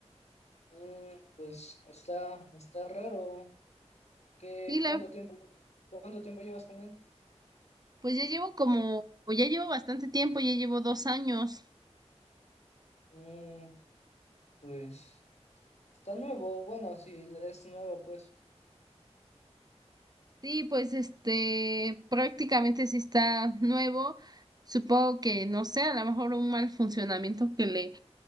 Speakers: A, on the left; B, on the right.
A: Mm, pues está, está raro. ¿Qué,
B: Sí, la,
A: cuánto tiempo, llevas- cuánto tiempo llevas con él?
B: pues ya llevo como, o ya llevo bastante tiempo, ya llevo dos años.
A: Mm, pues está nuevo, bueno, sí, es nuevo, pues.
B: Sí, pues este prácticamente sí está nuevo. Supongo que, no sé, a lo mejor un mal funcionamiento que le,